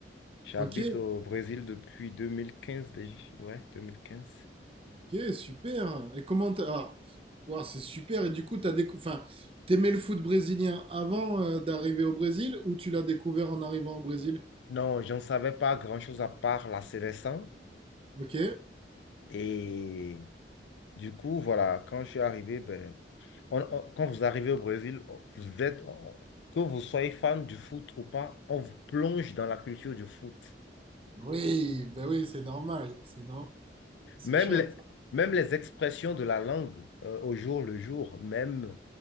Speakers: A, on the left (about 90°); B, on the right (about 30°).
A: j'habite
B: Ok,
A: au Brésil depuis 2015 déjà. Ouais, 2015.
B: ok, super. Et comment t'as... ah, ouah, c'est super. Et du coup, t'as décou... enfin, t'aimais le foot brésilien avant euh, d'arriver au Brésil ou tu l'as découvert en arrivant au Brésil?
A: Non, je ne savais pas grand-chose à part la sélection.
B: Ok.
A: Et du coup, voilà, quand je suis arrivé, ben, on- on- quand vous arrivez au Brésil, on- vous êtes, on- que vous soyez fan du foot ou pas, on vous plonge dans la culture du foot.
B: Oui, ben oui, c'est normal. C'est normal. C'est
A: Même
B: chouette.
A: les, même les expressions de la langue euh, au jour le jour, même,